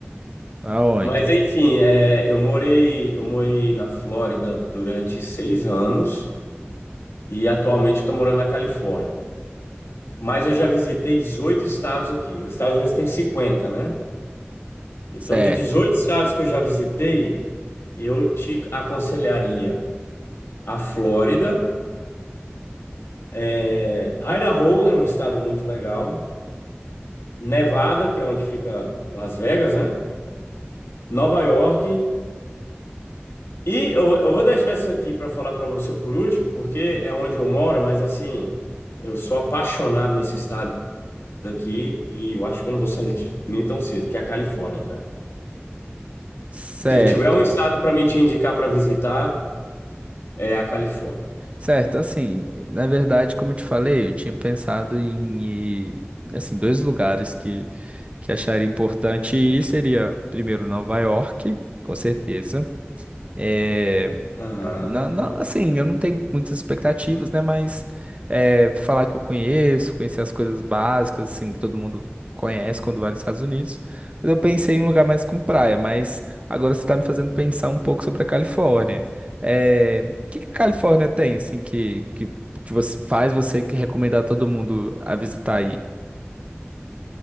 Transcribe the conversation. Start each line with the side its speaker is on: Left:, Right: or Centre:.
Right: Aonde?
Left: <laughs> Mas, enfim, é, eu morei, eu morei na Flórida durante seis anos e atualmente estou morando na Califórnia. Mas eu já visitei 18 estados aqui. Os Estados Unidos tem 50, né? Então,
Right: Certo,
Left: de 18 estados que eu já visitei, eu te aconselharia a Flórida. É, Idaho é um estado muito legal. Nevada, que é onde fica Las Vegas, né? Nova York. E eu, eu vou deixar isso aqui para falar para você por último, porque é onde eu moro, mas assim, eu sou apaixonado nesse estado daqui e eu acho que eu não vou sair daqui nem tão cedo, que é a Califórnia, cara.
Right: certo,
Left: Se tiver um estado para me te indicar para visitar, é a Califórnia.
Right: certo. Assim, na verdade, como eu te falei, eu tinha pensado em ir, assim, dois lugares que, que acharia importante ir seria primeiro Nova York, com certeza. É,
Left: Aham.
Right: Não, não, assim, eu não tenho muitas expectativas, né? Mas é, falar que eu conheço, conhecer as coisas básicas, assim, que todo mundo conhece quando vai nos Estados Unidos. Mas eu pensei em um lugar mais com praia, mas agora você está me fazendo pensar um pouco sobre a Califórnia. É, o que que a Califórnia tem, assim, que, que, que você faz você que recomendar todo mundo a visitar aí?